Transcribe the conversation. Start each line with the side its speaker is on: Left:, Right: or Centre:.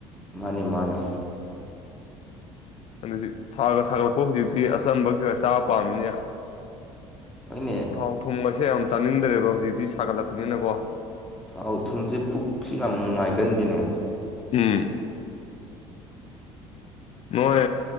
Centre: ꯃꯥꯅꯦ ꯃꯥꯅꯦ
Left: ꯑꯗꯨꯗꯤ ꯁꯥꯒ ꯁꯥꯒꯠꯂꯛꯄ ꯍꯧꯖꯤꯛꯇꯤ ꯑꯆꯝꯕ ꯀꯩꯀꯥ ꯆꯥꯕ ꯄꯥꯝꯃꯤꯅꯦ
Centre: ꯍꯣꯏꯅꯦ
Left: ꯊꯥꯎ ꯊꯨꯝ ꯑꯁꯦ ꯌꯥꯝ ꯆꯥꯅꯤꯡꯗ꯭ꯔꯦꯕ ꯍꯧꯖꯤꯛꯇꯤ ꯁꯥꯒꯠꯂꯛꯄꯅꯤꯅꯀꯣ
Centre: ꯊꯥꯎ ꯊꯨꯝꯁꯦ ꯄꯨꯛꯁꯨ ꯌꯥꯝ ꯅꯨꯡꯉꯥꯏꯒꯟꯗꯦꯅꯦ
Left: ꯎꯝ ꯅꯣꯏ